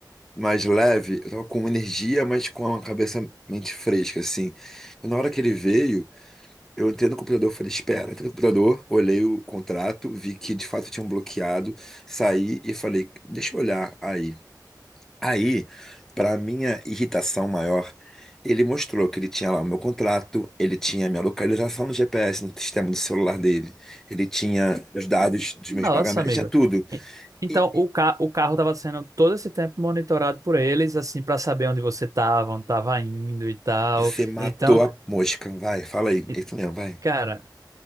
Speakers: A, in the centre; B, on the right.
A: mais leve, eu tava com energia, mas com a cabeça mente fresca, assim. E na hora que ele veio, eu entrei no computador, falei, espera, entrei no computador, olhei o contrato, vi que de fato tinham bloqueado, saí e falei, deixa eu olhar aí. Aí, para minha irritação maior, ele mostrou que ele tinha lá o meu contrato, ele tinha a minha localização no GPS, no sistema do celular dele, ele tinha os dados dos
B: Nossa,
A: meus pagamentos,
B: amigo.
A: tinha tudo.
B: E- Então,
A: E
B: o, ca o carro estava sendo todo esse tempo monitorado por eles, assim, para saber onde você estava, onde estava indo e tal.
A: você matou
B: Então,
A: a mosca, vai, fala aí,
B: e-
A: é isso mesmo, vai.
B: cara.